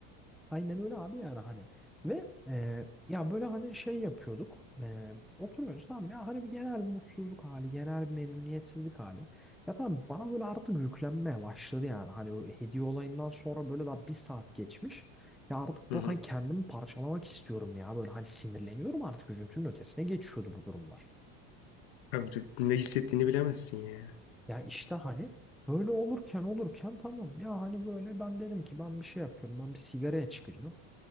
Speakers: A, in the centre; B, on the left.
A: Aynen öyle abi yani hani ve e, ya böyle hani şey yapıyorduk E, oturuyoruz tamam ya hani bir genel bir mutsuzluk hali genel bir memnuniyetsizlik hali ya tamam bana böyle artık yüklenmeye başladı yani hani o hediye olayından sonra böyle daha bir saat geçmiş ya artık
B: Hı
A: böyle
B: hı.
A: hani kendimi parçalamak istiyorum ya böyle hani sinirleniyorum artık üzüntünün ötesine geçiyordu bu durumlar
B: Abi de ne hissettiğini bilemezsin ya.
A: ya işte hani böyle olurken olurken tamam ya hani böyle ben dedim ki ben bir şey yapıyorum ben bir sigaraya çıkacağım